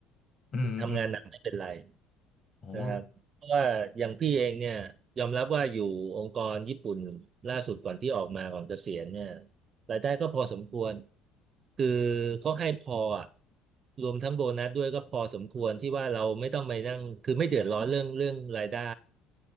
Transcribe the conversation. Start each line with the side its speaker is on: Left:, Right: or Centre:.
Left: อืมอืม
Right: ทำงานหนักไม่เป็นไร
Left: โอ้โห
Right: นะครับเพราะว่าอย่างพี่เองเนี่ยยอมรับว่าอยู่องค์กรญี่ปุ่นล่าสุดก่อนที่ออกมาก่อนเกษียณเนี่ยรายได้ก็พอสมควรคือเขาให้พออะรวมทั้งโบนัสด้วยก็พอสมควรที่ว่าเราไม่ต้องไปนั่งคือไม่เดือดร้อนเรื่องเรื่องรายได้